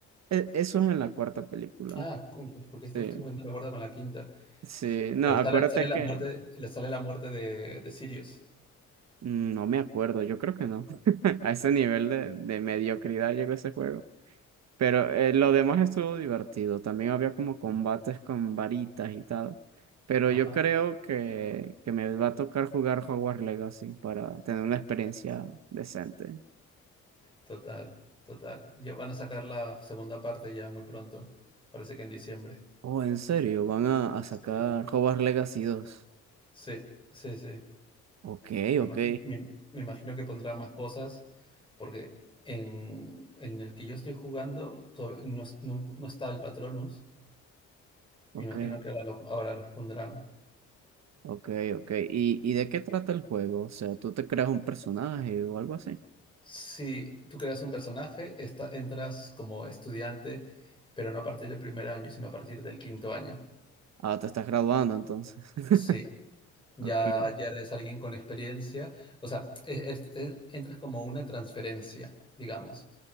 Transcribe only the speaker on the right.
E- Eso es en la cuarta película.
Sí,
sí, no,
acuérdate
que
mm, no me acuerdo, yo creo que no. <laughs> A ese nivel de, de mediocridad llegó ese juego. Pero eh, lo demás estuvo divertido. También había como combates con varitas y tal. Pero
yo creo que, que me va a tocar jugar Hogwarts Legacy para tener una experiencia decente.
Oh, en serio, van a, a
sacar Hogwarts Legacy dos
Ok,
ok,
ok,
ok, ok. ¿Y, y de qué trata el juego? O sea, ¿tú te creas un personaje o algo así?
Ah, te estás graduando entonces. <laughs>
Ok.